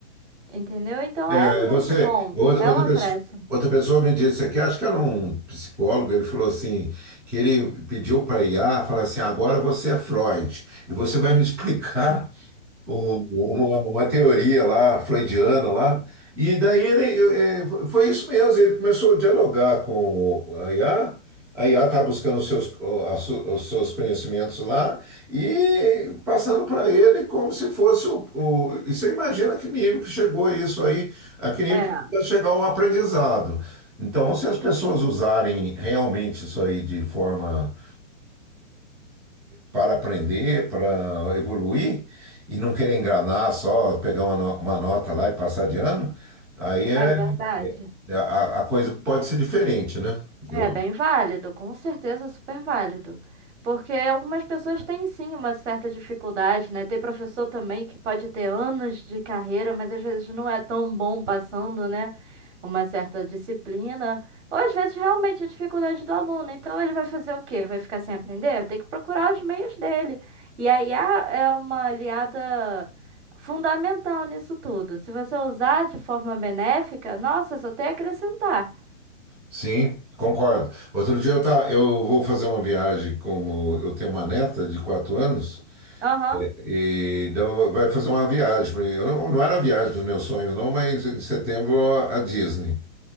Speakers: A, on the right; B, in the centre.
A: entendeu? Então
B: É,
A: é
B: é,
A: muito
B: você,
A: bom,
B: outra,
A: é
B: outra
A: um acréscimo.
B: pessoa, outra pessoa me disse aqui, acho que era um psicólogo, ele falou assim, que ele pediu para IA, falar assim, agora você é Freud, e você vai me <laughs> explicar um- uma, uma teoria lá, freudiana lá. E daí ele, eu, é, foi isso mesmo, ele começou a dialogar com o- a IA, a IA estava buscando os seus, o- a su- os seus conhecimentos lá e passando para ele como se fosse o, o... E você imagina que nível que chegou isso aí, a que nível
A: É,
B: que vai chegar um aprendizado. Então, se as
A: sim,
B: pessoas
A: sim.
B: usarem realmente isso aí de forma para aprender, para evoluir e não querer enganar só, pegar uma, no- uma nota lá e passar de ano, aí é,
A: É verdade.
B: é- a, a coisa pode ser diferente, né? Eu,
A: É bem
B: acho.
A: válido, com certeza é super válido. Porque algumas pessoas têm sim uma certa dificuldade, né? Tem professor também que pode ter anos de carreira, mas às vezes não é tão bom passando, né? Uma certa disciplina. Ou às vezes realmente é dificuldade do aluno. Então ele vai fazer o quê? Vai ficar sem aprender? Tem que procurar os meios dele. E a IA é uma aliada fundamental nisso tudo. Se você usar de forma benéfica, nossa, só tem a acrescentar.
B: sim, concordo. Outro dia eu, tá, eu vou fazer uma viagem, como eu tenho uma neta de quatro anos,
A: Aham.
B: e então vai fazer uma viagem. Eu não, não era a viagem dos meus sonhos, não, mas em setembro a Disney.